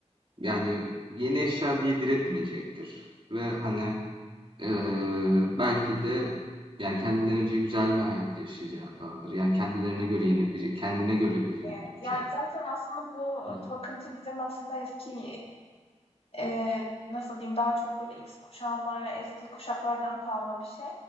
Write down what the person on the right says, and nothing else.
yani yeni eşya diye diretmeyecektir. Ve hani Eee, belki de yani kendilerince güzel bir hayat yaşayacaklardır. Yani kendilerine göre yine biri kendine göre birini
bulacak.
Hı.